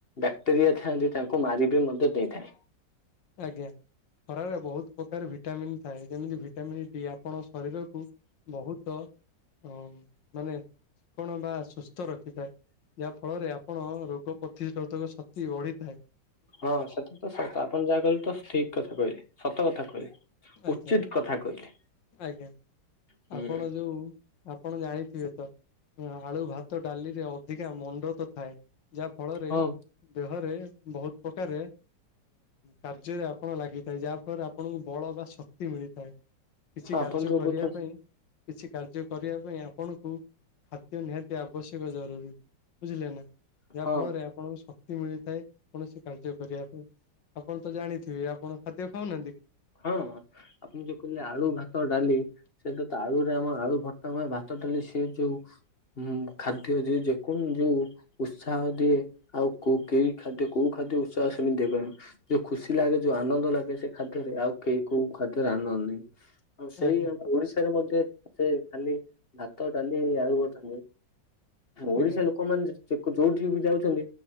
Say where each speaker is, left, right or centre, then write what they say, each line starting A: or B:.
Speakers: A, on the left (about 35°); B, on the left (about 75°).
A: ବ୍ୟାକ୍ଟେରିଆ ଥାଆନ୍ତି ତାଙ୍କୁ ମାରିବିି ମଧ୍ୟ ଦେଇଥାଏ।
B: ଆଜ୍ଞା ଖରାରେ ବୋହୁତ ପ୍ରକାର ଭିଟାମିନ ଥାଏ ଯେମିତି ଭିଟାମନ୍ ଡି ଆପଣ ଶରୀରକୁ ବୋହୁତ ଅ ମାନେ ଚିକଣ ବା ସୁସ ସ୍ଥ ରଖିଥାଏ ଯାହାଫଳରେ ଆପଣ ରୋଗ ପ୍ରତିରୋଧକ ଶକ୍ତି ବଢ଼ିଥାଏ।
A: ହଁ ସେଟା ତ ସ ଆପଣ ଯାହା କହିଲେ ତ ଠିକ କଥା କହିଲେ ସତ କଥା କହିଲେ।
B: ଆଜ୍ଞା
A: ଉଚିତ କଥା କହିଲେ
B: ଆଜ୍ଞା
A: ହୁଁ
B: ଆପଣ ଯୋଉ ଆପଣ ଜାଣିଥିବେ ତ ଆଳୁ, ଭାତ, ଡାଲିରେ ଅଧିକା ମଣ୍ଡତ ଥାଏ। ଯାହା ଫଳରେ
A: ହଁ
B: ଦେହରେ ବୋହୁତ ପ୍ରକାରେ କାର୍ଯ୍ୟରେ ଆପଣ ଲାଗିଥାଏ ଯାହା ଫଳରେ ଆପଣଙ୍କୁ ବଳ ବା ଶକ୍ତି ମିଳିଥାଏ। କିଛି କାର୍ଯ୍ୟ
A: ଆପଣ ଯୋଉ
B: କରିବା
A: କହୁଛନ୍ତି
B: ପାଇଁ କିଛି କାର୍ଯ୍ୟ କରିବା ପାଇଁ ଆପଣଙ୍କୁ ଖାଦ୍ୟ ନିହାତି ଆବଶ୍ୟକ ଜରୁରୀ ବୁଝିଲେ ନା? ଯାହା
A: ହଁ
B: ଫଳରେ ଆପଣଙ୍କୁ ଶକ୍ତି ମିଳିଥାଏ କୌଣସି କାର୍ଯ୍ୟ କରିବା ପାଇଁ। ଆପଣ ତ ଜାଣିଥିବେ ଆପଣ ଖାଦ୍ୟ ଖାଉନାହାନ୍ତି କି?
A: ହଁ ଆପଣ ଯୋଉ କହିଲେ ଆଳୁ, ଭାତ, ଡାଲି ସେ ତ ଆଳୁରେ ଆମର ଆଳୁ ଭରତା, ଭାତ, ଡାଲି ସେ ଯୋଉ ହୁଁ ଖାଦ୍ୟ ଯେ ଯେକୌଣସି ଯୋଉ ଉତ୍ସାହ ଦିଏ ଆଉ କୋଉ କେଇ ଖାଦ୍ୟ କୋଉ ଖାଦ୍ୟ ଉତ୍ସାହ ସେମିତି ଦେଇ ପାରିବେନି। ଯୋଉ ଖୁସି ଲାଗେ, ଯୋଉ ଆନନ୍ଦ ଲାଗେ ସେ ଖା ରେ ଆଉ କେ କୋଉ ଖାଦ୍ୟ ଆନନ୍ଦ ନାହିଁ। ଆଉ ସେଇ
B: ଆଜ୍ଞା
A: ଆମ ଓଡିଶାରେ ମଧ୍ୟ ସେ ଖାଲି ଭାତ, ଡାଲି, ଆଳୁ ଭରତା, ଓଡିଶା
B: ଆଜ୍ଞା
A: ଲୋକ ଲୋକମାନେ ଯୋଉଠି ବି ଯାଉଚନ୍ତି